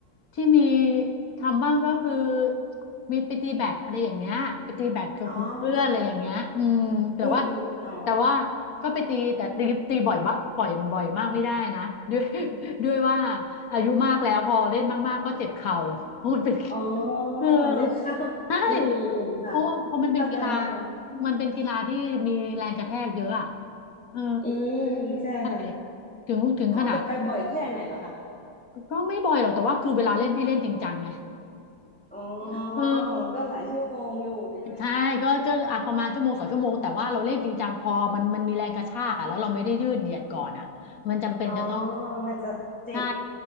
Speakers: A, on the left; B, in the centre.
A: ที่มีทำบ้างก็คือมีไปตีแบดอะไรอย่างเงี้ยไปตีแบดกับกลุ่มเพื่อนอะไรอย่างเงี้ยอืมแต่ว่า
B: อ๋อตีแบดอืมอืมอ๋อ
A: แต่ว่าก็ไปตีแต่ตีตีบ่อยบะบ่อยบ่อยมากไม่ได้นะด้วยด้วยว่าอายุมากแล้วพอเล่นมากๆก็เจ็บเข่าเพราะมันเป็น
B: อ๋อ
A: <laughs> เออ
B: เจ็บข้าวอืมอืมอืมค่ะ
A: ใช่เพราะว่าเพราะมันเป็นกีฬา
B: เข้าใจเข้าใจ
A: มันเป็นกีฬาที่มีแรงกระแทกเยอะอ่ะเออ
B: อืมใช่ค่ะ
A: ใช่ถึงถึงขนาด
B: อ๋อแต่ไปบ่อยแค่ไหนเหรอคะ
A: ก็ไม่บ่อยหรอกแต่ว่าคือเวลาเล่นพี่เล่นจริงจังไง
B: อ๋อ
A: <laughs> เออ
B: ก็หลายชั่วโมงอยู่ใช่ไหม
A: ใช่ก็ก็อาจประมาณชั่วโมงสองชั่วโมงแต่ว่าเราเล่นจริงจังพอมันมันมีแรงกระชากอ่ะแล้วเราไม่ได้ยืดเหยียดก่อนอ่ะมันจำเป็นจะต้อง
B: อ๋อมันจะเจ็บ
A: ใช่